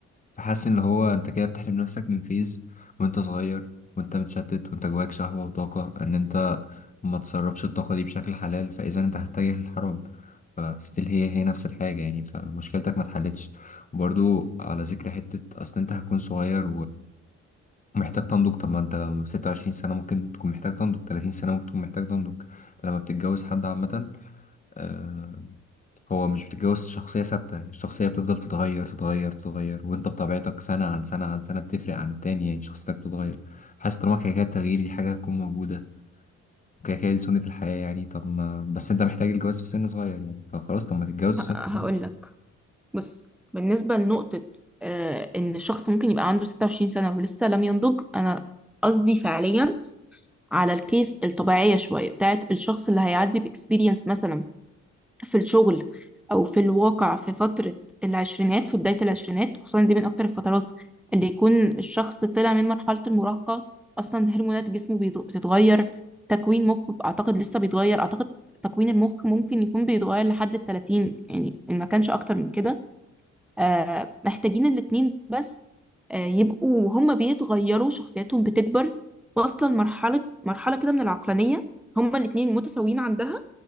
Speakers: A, on the left; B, in the centre.
A: فحاسس ان هو انت كده بتحرم نفسك من فيز وانت صغير وانت متشتت وانت جواك شهوة وطاقة ان انت ما تصرفش الطاقة دي بشكل حلال فاذا انت هتتجه للحرام فستيل هي هي نفس الحاجة يعني فمشكلتك ما اتحلتش وبرضو على ذكر حتة أصل أنت هتكون صغير محتاج تنضج طب ما انت لو 26 سنة ممكن تكون محتاج تنضج 30 سنة ممكن تكون محتاج تنضج لما بتتجوز حد عامة آه، هو مش بتتجوز شخصية ثابتة الشخصية بتفضل تتغير تتغير تتغير وانت بطبيعتك سنة عن سنة عن سنة بتفرق عن التاني يعني شخصيتك بتتغير حاسس طالما كده كده التغيير دي حاجة هتكون موجودة وكده كده دي سنة الحياة يعني طب ما بس انت محتاج الجواز في سن صغير يعني فخلاص طب ما تتجوز
B: هقول
A: في سن صغير
B: لك بص بالنسبة لنقطة آه إن الشخص ممكن يبقى عنده 26 سنة ولسه لم ينضج أنا قصدي فعليا على الكيس الطبيعية شوية بتاعت الشخص اللي هيعدي بإكسبيرينس مثلا في الشغل او في الواقع في فترة العشرينات في بداية العشرينات خصوصا دي من اكتر الفترات اللي يكون الشخص طلع من مرحلة المراهقة اصلا هرمونات جسمه بيت- بتتغير تكوين مخه اعتقد لسه بيتغير اعتقد تكوين المخ ممكن يكون بيتغير لحد التلاتين يعني إن ما كانش اكتر من كده آه محتاجين الاتنين بس آه يبقوا هما بيتغيروا شخصياتهم بتكبر واصلا مرحلة مرحلة كده من العقلانية هما الاتنين متساويين عندها